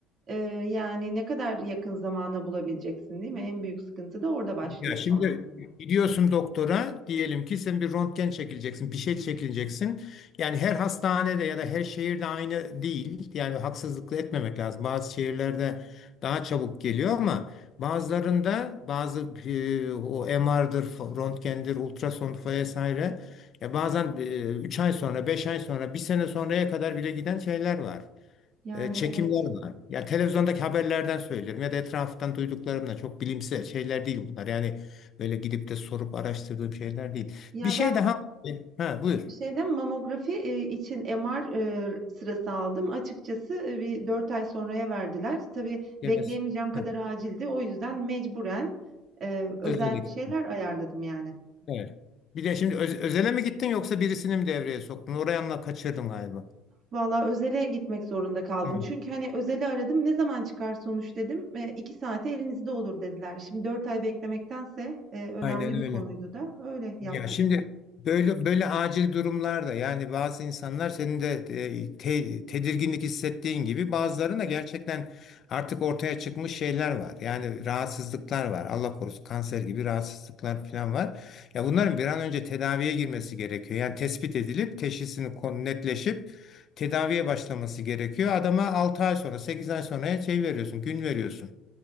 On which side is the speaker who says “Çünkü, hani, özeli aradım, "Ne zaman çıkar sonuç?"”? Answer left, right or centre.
Right